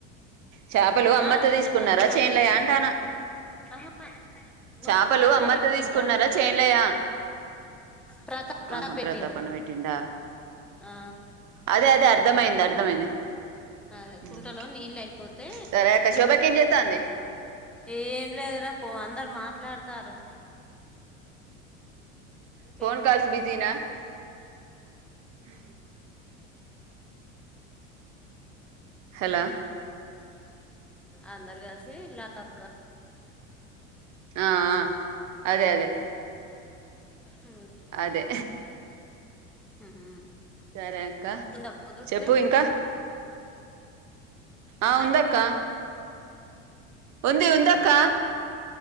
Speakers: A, on the right; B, in the centre.
A: చేపలు అమ్మత్తే
B: ఆ, ఎట్లా
A: తీసుకున్నారా
B: ఎట్లా
A: చేన్లయా
B: అంటివి?
A: అంటాన్న
B: ఆహా, మొన్న
A: చేపలు
B: ప్రతాప్
A: అమ్మత్తే
B: పెట్టిండ్రా
A: తీసుకున్నారా చేన్లయ
B: ప్రతాప్ ప్రతాప్
A: ఆహా
B: పెట్టిండు
A: ప్రతాపన్న వెట్టిండా
B: ఆ
A: అదే అదే అర్థమైంది అర్థమైంది
B: అదే
A: ఉమ్.
B: కుంటలో నీళ్ళు అయిపోతే
A: సరే అక్క శోభకి ఏం చేస్తాంది
B: ఏం లేదురా పో అందరు మాట్లాడతారు. పిల్ల-
A: ఫోన్ కాల్స్ బిజీనా హ హలో
B: అందరు కలిసి లాతక్క
A: ఆ ఆ అదే అదే
B: ఉమ్,
A: అదే
B: హ్ హ్
A: సరే అక్క
B: ఉంద పొద్దుటిదే
A: చెప్పు ఇంకా ఆ ఉందక్క
B: కూర
A: ఉంది
B: ఉన్నదా?
A: ఉందక్క